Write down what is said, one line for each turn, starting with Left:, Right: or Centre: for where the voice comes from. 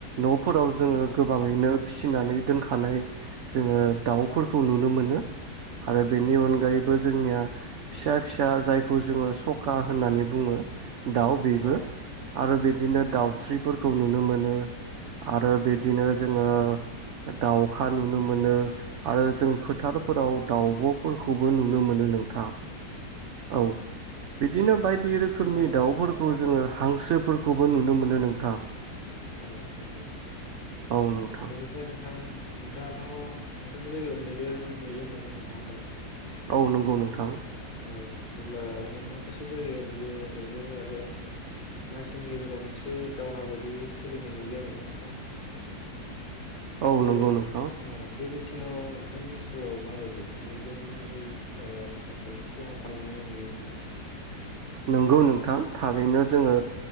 Right: न'फोराव जोंङो गोबाङैनो फिसिनानै दोनखानाय जोंङो दाउफोरखौ
Left: औ
Right: नुनो मोनो। आरो बेनि
Left: नंगौ
Right: अन गायैबो जोंनिया फिसा-फिसा जायखौ जोंङो सखा होननानै बुङो दाउ बेबो
Left: औ
Right: आरो बिदिनो
Left: औ
Right: दाउस्रिफोर खौ नुनो मोनो। आरो बिदिनो
Left: औ
Right: जोंङो
Left: थारैनो
Right: दाउखा नुनो मोनो आरो जों फोथारफोराव
Left: औ
Right: दाउब' खौबो नुनो मोनो नोंथां। औ बिदिनो बायदि रोखोमनि
Left: दा
Right: दाउफोरखौ जोंङो
Left: औ
Right: हांसो फोरखौबो नुनो मोनो नोंथां।
Left: औ नंगौ नंगौ
Right: औ नोंथां
Left: बेनिफ्राय नोंथां नोंथाङाथ' नोंथांनि जायगायाव मैदेर नुयो होनना बुंदों नङा होमबा
Right: औ नंगौ नोंथां
Left: औ अब्ला जों माखासे जायगायाव नुयो मैदेर आरो मानसिनि गेजेराव मोनसे दावहा बायदि सोलिनाय नुयो आरोना नोंथां।
Right: औ
Left: बे
Right: नंगौ नोंथां
Left: ओ बे बिथिङाव नोंथांनि ओनसोलाव माबायदि मैदेरनि ओ माखासे खहा खालामनाय नुयो नामा।
Right: नंगौ नोंथां थारैनो जोंङो